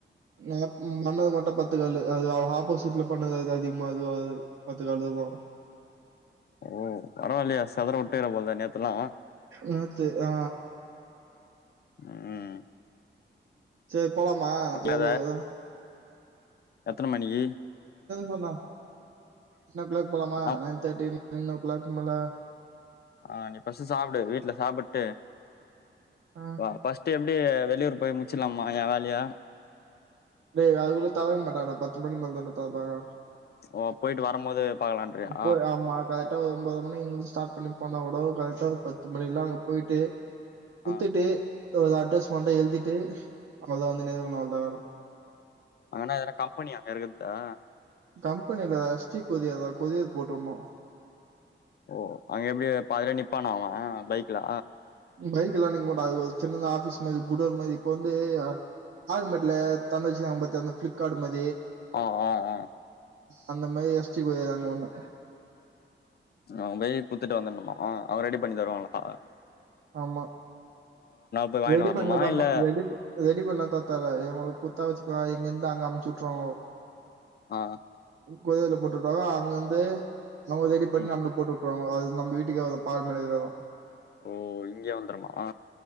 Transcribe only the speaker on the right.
நா ம் பண்ணது மட்டு பத்து காலு அது அவுங்க ஆப்போசிட்ல பண்ணது அது அதிகமா அது ஆகுது பத்து காலு இருக்கு
நேத்து ஆ
சேர் போலாமா தோழரே
செண்ணா என்ன பிளாக் போலாமா
நைன் தேட்டின் நைனோ கிளாக் மேல
ஆ
டேய் அதுக்குள்ளே தரவே மாட்டாங்க டா பத்து மணி மேல தா தருவாங்க
போய்
ஆமா கரெகட்டா ஒன்பது மணி எங்களுக்கு ஸ்டார்ட் பண்ணி போன கூட கரெக்டா பத்து மணி எல்லாம் அங்க போயிட்டு குத்துட்டு
ஒரு அட்ரஸ் மட்டு எழுதிட்டு அவ்ளோதான் வந்துனே இருக்கணும் அவ்ளோ தான் வேல
கம்பெனில எஸ் டி கொரிய கொரியர் போட்டுடணும்
பைக் எல்லாம் நிக்க மாட்டான் அது சின்ன ஆபிஸ் மாரி குடேன்மாரி இப்ப வந்து ஆனமெட்ல திறந்து வச்சிருக்காரன் பாத்தியா அந்த பீளிப்கார்ட் மாரி
அந்த மாரி எஸ் டி கொரியர் அங்க ஒண்ணு
ஆமா
ரெடி
பன்ல த
ம ரெடி பன் ரெடி இப்டி எல்லாம் தாத்தர எங்களுக்கு குத்தா வச்சுக்கான் இங்க இருந்து அங்க அமுச்சு விட்டுருவாங்கோ
கொரியர்ல போட்டுட்டாங்க அங்க இந்து நம்ம தேடி பெரிய
அமொவுண்ட் போட் அப்பறம் அது நம்ப வீட்டுக்கே வரும் பால் மேல வரும்